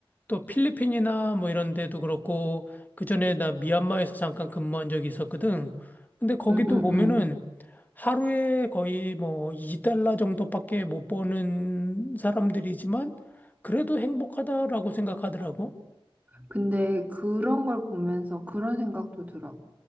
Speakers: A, on the left; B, on the right.
A: 또 필리핀이나 뭐 이런 데도 그렇고, 그전에 나 미얀마에서 잠깐 근무한 적이 있었거든. 근데 거기도
B: 응, 응,
A: 보면은
B: 응.
A: 하루에 거의 뭐 2달러 정도밖에 못 버는 사람들이지만 그래도 행복하다라고 생각하더라고.
B: 근데 그런 걸 보면서 그런 생각도 들어.